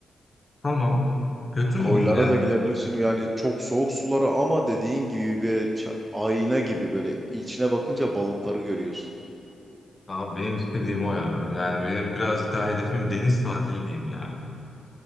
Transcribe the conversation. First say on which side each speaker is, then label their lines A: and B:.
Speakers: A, on the left (about 25°); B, on the right (about 20°).
A: Tamam. Kötü mü
B: Koylara
A: onun yani?
B: da gidebilirsin yani çok soğuk sulara ama dediğin gibi bir ça- ayna gibi böyle içine bakınca balıkları görüyorsun.
A: Abi benim istediğim o ya. Yani benim birazcık daha hedefim deniz tatili diyeyim ya.